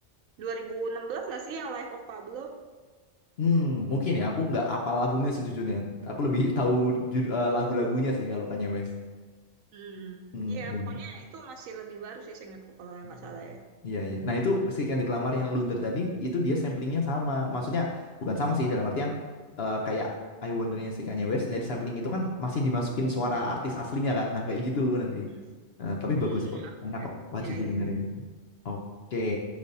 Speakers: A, on the right; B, on the left.
A: 2016 nggak sih yang Life of Pablo?
B: Hmm, mungkin
A: Hmm,
B: ya aku nggak apal albumnya sejujurnya. Aku lebih tahu jud- eh, lagu-lagunya sih kalau Kanye West.
A: Hmm.
B: Hmm,
A: Iya,
B: iya.
A: pokoknya itu masih lebih baru sih seingatku kalau yang
B: Hmm.
A: nggak salah ya.
B: Iya, iya. Nah, itu si Kendrick Lamar yang Luther tadi, itu dia samplingnya sama. Maksudnya, bukan sama sih, dalam artian eh, kayak I Wonder-nya si Kanye West, nah di sampling itu kan masih dimasukin suara artis aslinya kan, nah kayak gitu nanti.
A: Hmm.
B: Eh, tapi
A: Hmm.
B: bagus kok, enak kok, wajib
A: Ya, iya.
B: didengerin.
A: iya.
B: Oke,